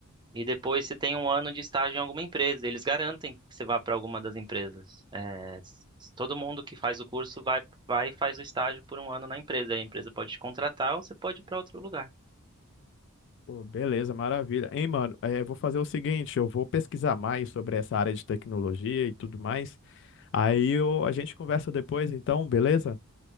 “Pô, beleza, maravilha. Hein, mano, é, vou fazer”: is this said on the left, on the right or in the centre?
Left